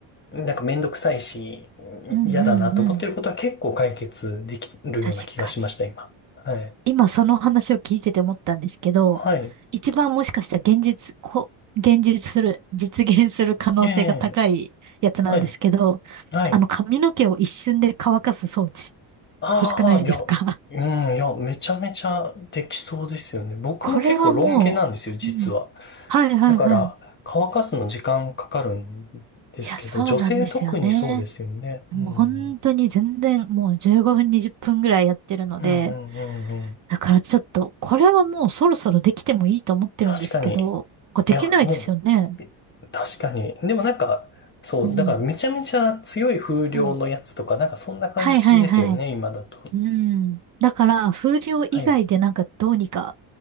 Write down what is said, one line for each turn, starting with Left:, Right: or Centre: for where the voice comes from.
Left: なんかめんどくさいし、
Right: うんうんうん。
Left: 嫌だなと思ってることは結構解決できるような気がしました、
Right: 確かに。
Left: 今。はい。
Right: 今その話を聞いてて思ったんですけど、
Left: はい。
Right: 一番もしかしたら現実、こ、現実する、実現する可能性が高いやつなんですけど、
Left: ええ、はい。はい。
Right: あの髪の毛を一瞬で乾かす装置、
Left: ああ、
Right: 欲しくないですか
Left: いや、うん、いや、めちゃめちゃできそうですよね。僕も結構ロン毛なんですよ、
Right: <laughs> これはもう、
Left: 実は。
Right: うん。はいはいはい。
Left: だから、乾かすの時間かかるんですけど、
Right: いや、そうなんですよね。
Left: 女性特にそうですよね。
Right: もう本当に全然もう15分20分ぐらいやってるので、
Left: うん。うんうんうんうん。
Right: だからちょっと、これはもうそろそろできてもいいと思ってるんですけど、
Left: 確かに。
Right: これできないですよね。
Left: いや、もう、確かに。でもなんか、そう、
Right: うん。
Left: だからめちゃめちゃ強い風量のやつとか、
Right: うん。
Left: なんかそんな感じですよね、
Right: はいはいはい。
Left: 今だと。
Right: うん。だから、風量以外でなんかどうにか、
Left: はい。